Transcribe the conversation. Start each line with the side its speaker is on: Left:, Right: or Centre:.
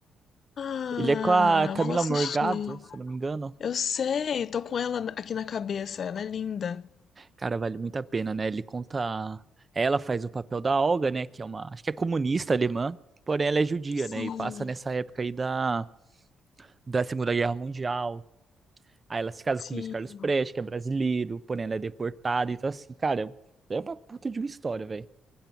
Left: Ah,
Right: Ele é com a Camila
Left: vou assistir.
Right: Morgado, se eu não me engano.
Left: Eu sei, tô com ela aqui na cabeça, ela é linda.
Right: Cara, vale muito a pena, né? Ele conta. Ela faz o papel da Olga, né? Que é uma. Acho que é comunista alemã, porém ela é judia,
Left: Sim,
Right: né? E passa nessa época aí da, da Segunda Guerra Mundial. Aí ela se casa
Left: sim.
Right: com o Luiz Carlos Prestes, que é brasileiro, porém ela é deportada. Então, assim, cara, é uma puta de uma história, velho.